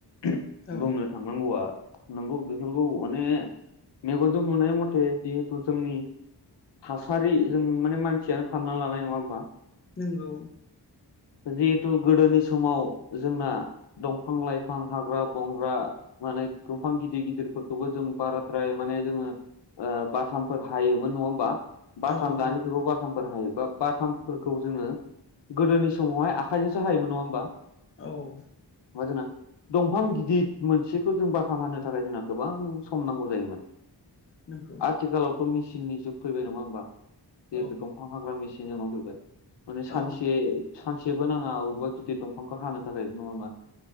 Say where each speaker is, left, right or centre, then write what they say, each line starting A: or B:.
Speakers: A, on the left (about 80°); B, on the left (about 30°).
A: बुंनो
B: औ
A: थांनांगौआ नंगौ बेफोरखौ माने मेगनजों नुनाय मथे जिहेतु जोंनि थासारि जों माने मानसियानो खालामना लानाय नङा होमबा?
B: नोंगौ।
A: जिहेथु गोदोनि समाव जोंना दंफां लाइफां हाग्रा बंग्रा माने दंफां गिदिर गिदिरफोर खौबो जों बाराद्राय माने जोङो ओ बाथामफोर हायोमोन नङा होमबा? बाथाम
B: औ
A: दानि
B: नंगौ
A: जुगाव बाथामफोर हायो बा बाथामफोरखौ जोंङो गोदोनि समावहाय आखाइजोंसो हायोमोन नङा होमबा?
B: औ
A: <unintelligible> दंफां गिदिद मोनसेखौ जों बाथाम हानो थाखाय जोंना गोबां सम नांगौ जायोमोन।
B: नंगौ
A: आथिखालावथ' मेचिननि जुग फैबाय नङा होमबा बे
B: औ
A: दं फां हाग्रा मेसिन जोंनाव फैबाय माने सानसे
B: औ
A: सानसेबो नाङा अबेबा गिदिर दंफांखौ हानो थाखाय नङा होमबा